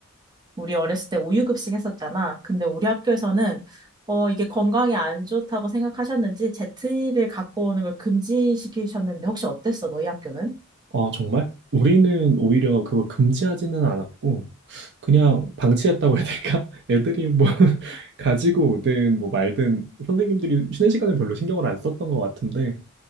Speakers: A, on the right; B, on the right.
A: 우리 어렸을 때 우유급식 했었잖아. 근데 우리 학교에서는 어, 이게 건강에 안 좋다고 생각하셨는지 제트리를 갖고 오는 걸 금지시키셨는데 혹시 어땠어? 너희 학교는?
B: 아, 정말? 우리는 오히려 그걸 금지하지는 않았고, 그냥 방치했다고 해야 될까? <laughs> 애들이 뭐, <laughs> 가지고 오든 뭐 말든 선생님들이 쉬는 시간에 별로 신경을 안 썼던 것 같은데,